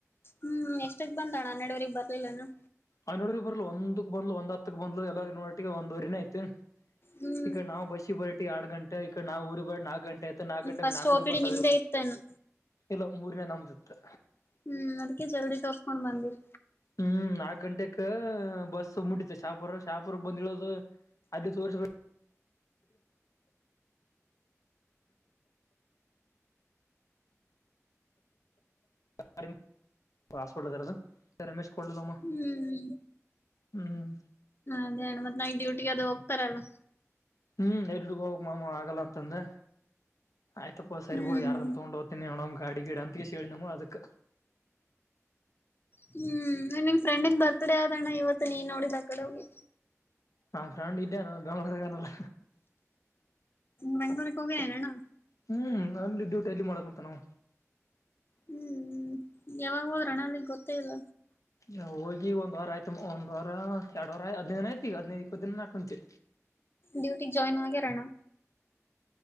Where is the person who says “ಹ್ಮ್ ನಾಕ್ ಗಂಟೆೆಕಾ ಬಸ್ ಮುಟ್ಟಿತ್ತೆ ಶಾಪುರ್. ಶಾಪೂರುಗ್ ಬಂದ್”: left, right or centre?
Left